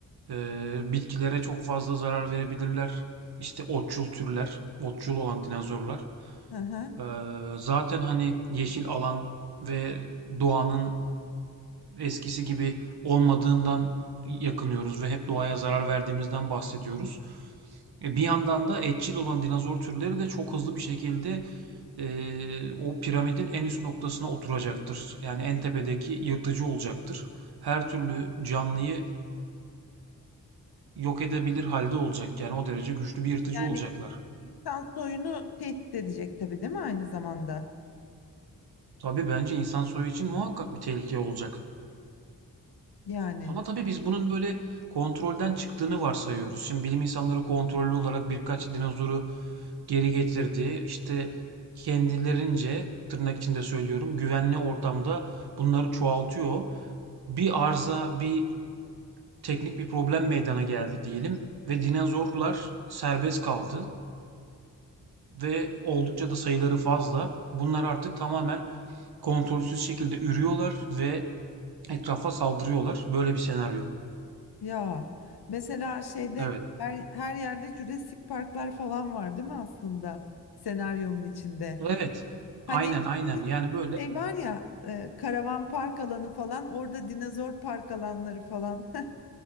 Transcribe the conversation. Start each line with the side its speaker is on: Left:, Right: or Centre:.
Right: e, bitkilere çok fazla zarar verebilirler. İşte otçul türler, otçul olan dinozorlar.
Left: Hı hı.
Right: Ee, zaten hani yeşil alan ve doğanın eskisi gibi olmadığından yakınıyoruz ve hep doğaya zarar verdiğimizden bahsediyoruz. E, bir yandan da etçil olan dinozor türleri de çok hızlı bir şekilde e, o piramidin en üst noktasına oturacaktır. Yani en tepedeki yırtıcı olacaktır. Her türlü canlıyı yok edebilir halde olacak. Yani o derece güçlü bir yırtıcı
Left: Yani
Right: olacaklar.
Left: insan soyunu tehdit edecek tabii değil mi aynı zamanda?
Right: Tabii bence insan soyu için muhakkak bir tehlike olacak.
Left: Yani
Right: Ama tabii biz bunun böyle kontrolden çıktığını varsayıyoruz. Şimdi bilim insanları kontrollü olarak birkaç dinozoru geri getirdi. İşte kendilerince tırnak içinde söylüyorum güvenli ortamda bunları çoğaltıyor. Bir arıza, bir teknik bir problem meydana geldi diyelim ve dinozorlar serbest kaldı ve oldukça da sayıları fazla. Bunlar artık tamamen kontrolsüz şekilde ürüyorlar ve etrafa saldırıyorlar. Böyle bir senaryo.
Left: ya mesela şeyde
Right: Evet.
Left: her, her yerde Jurassic Parklar falan var değil mi aslında senaryonun içinde?
Right: Evet. Aynen
Left: Hani
Right: aynen. Yani böyle
Left: şey var ya e, karavan park alanı falan orada dinozor park alanları falan <laughs>